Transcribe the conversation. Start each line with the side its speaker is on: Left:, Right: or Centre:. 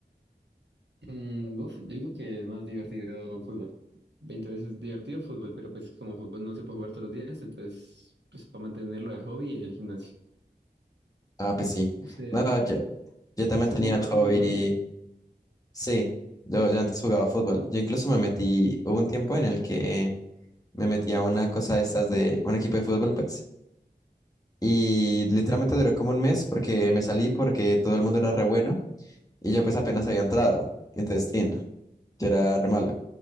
Right: Mm, uf, yo digo que es más divertido fútbol. veinte veces divertido fútbol, pero pues como fútbol no se puede jugar todos los días, entonces pues para mantenerlo de hobby el gimnasio.
Left: Ah, pues sí.
Right: Usted,
Left: No, yo, yo también
Right: usted
Left: tenía
Right: jugaba
Left: el hobby.
Right: fútbol, ¿no?
Left: Sí, yo, yo antes jugaba fútbol. Yo incluso me metí, hubo un tiempo en el que me metí a una cosa de estas de un equipo de fútbol, pues, y literalmente
Right: Sí.
Left: duró como un mes porque me salí porque todo el mundo era re bueno y yo pues apenas había entrado. Y entonces, tin, yo era re malo.